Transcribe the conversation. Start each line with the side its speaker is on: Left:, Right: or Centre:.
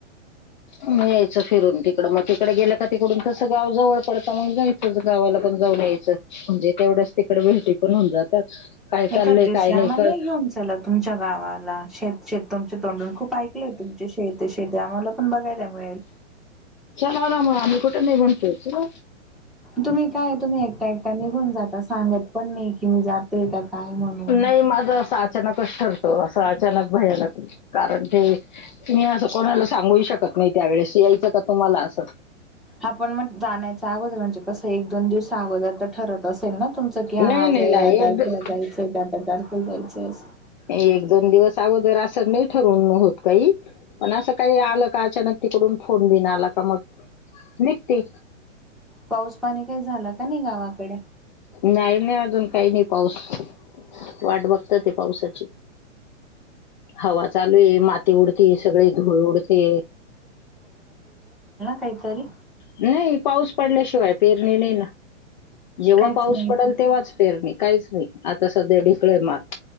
Left: मग यायचं फिरून तिकडं मग तिकडे गेलं का तिकडून तसं गाव जवळ पडतं मग जाय च गावाला पण जाऊन यायचं म्हणजे तेवढ्याच तिकडे भेटी पण होऊ जातात. काय चाललंय
Centre: एखादं दिवशी
Left: काय नाही
Centre: आम्हालाही
Left: कळत
Centre: घेऊन चला तुमच्या गावाला शेत शेत तुमच्या तोंडून खूप ऐकलंय. तुमची शेत ये शेत ये आम्हाला पण बघायला मिळेल.
Left: चला ना मग आम्ही कुठे नाही म्हणतोय चला.
Centre: तुम्ही काय तुम्ही एकट्या एकट्या निघून जाता सांगत पण नाही कि मी जाते का काय म्हणून.
Left: हे माझं सास अचानकच ठरत असं अचानक भयानक कारण ते तुम्ही असं कोणाला सांगूही शकत नाही त्यावेेळेस यायचं का तुम्हाला? असं
Centre: आपण मग जाण्याच्या अगोदर म्हणजे कसं एक दोन दिवस अगोदर तर ठरत असेल ना तुमचं कि हा
Left: नाही
Centre: आज
Left: नाही
Centre: या-या
Left: नाही
Centre: तारखेला
Left: एक
Centre: जायचंय का त्या तारखेला जायचंय असं.
Left: एक दोन दिवस अगोदर असं नाही ठरून होत काही पण असं काही आलं का अचानक तिकडून फोन बीन आला का मग निघते.
Centre: पाऊस पाणी काही झालं का नाही गावाकडं?
Left: नाही नाही अजून काही नाही पाऊस वाट बघताते पावसाची. हवा चालू आहे मात ती उडते सगळे धूळ उडते
Centre: कायतरी
Left: नाहीय पाऊस पडले शिय पेरणी नाहीई ना जेव्हा
Centre: काहीच
Left: पाऊस
Centre: नाही
Left: पडेल
Centre: का
Left: तेव्हाच फेरणे काहीच नाही आता सध्या ढिकळ मल